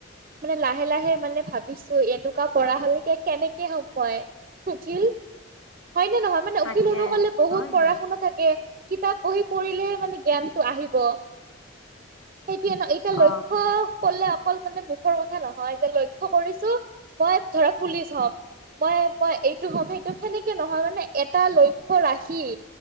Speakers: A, on the right (about 40°); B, on the left (about 75°).
A: মানে লাহে লাহে মানে ভাবিছোঁ এনেকুৱা কৰা হ'লে কে-কেনেকে হ'ম মই। উকীল, হয়নে নহয় মানে
B: তাকে
A: উকীল হ'ব গ'লে বহুত।
B: হয় হয়
A: <unintelligible> থাকে, কিতাপ বহী পঢ়িলেহে মানে জ্ঞানটো আহিব, সেইটোৱে নহ। <unintelligible>
B: অ
A: লক্ষ্য ক'লে অকল মানে মুখৰ কথা নহয় যে লক্ষ্য কৰিছোঁ মই ধৰা পুলিচ হ'ম। মই, মই এইটো হ'ম, সেইটো সেনেকে নহয় মানে এটা লক্ষ্য ৰাখি।